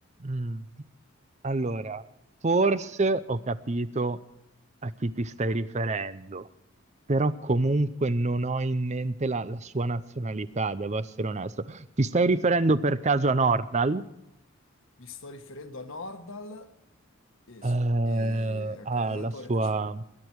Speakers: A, on the right; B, on the left.
A: Mm. Allora, forse ho capito a chi ti stai riferendo, però comunque non ho in mente la, la sua nazionalità, devo essere onesto. Ti stai riferendo per caso a Nordal?
B: Mi sto riferendo a Nordal, e
A: Eh,
B: sì, e anche
A: ah,
B: l'allenatore
A: la sua,
B: faceva...